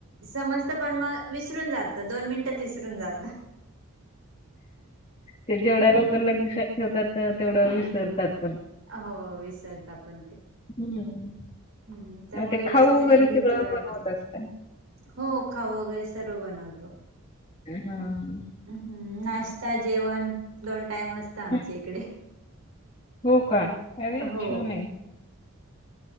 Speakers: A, on the right; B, on the left.
A: समजतं पण मग विसरून जातं दोन मिनिटात विसरून जात.
B: ते जेवढ्या लव कर <unintelligible> ठेवतात तर तेवढं विसरतातर.
A: हो विसरता पण ते.
B: हम्म
A: हम्म त्यामुळे
B: ते खाऊ
A: रस्त्याने
B: वगैरे सगळं
A: भीती वाटते.
B: बनवत असत्या.
A: हो खाऊ वगैरे सर्व बनवतो.
B: अ हां.
A: हम्म नाश्ता जेवण दोन टाईम असतं आमच्या
B: हं,
A: इकडे.
B: हो का अरे
A: हो.
B: छान आहे.